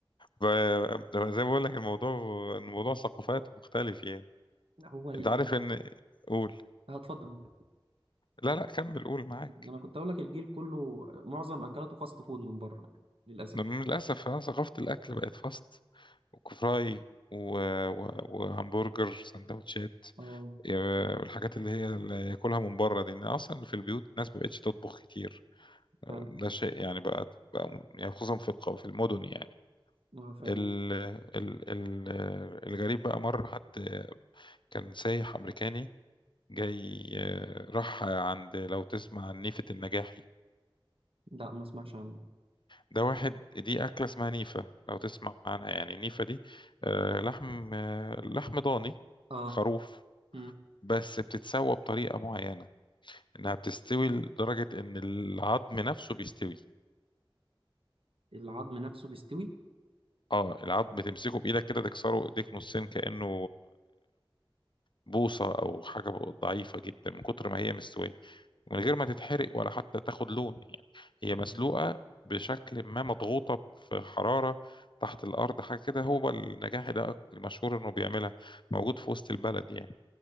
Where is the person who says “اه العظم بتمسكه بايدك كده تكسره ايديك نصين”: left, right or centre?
Left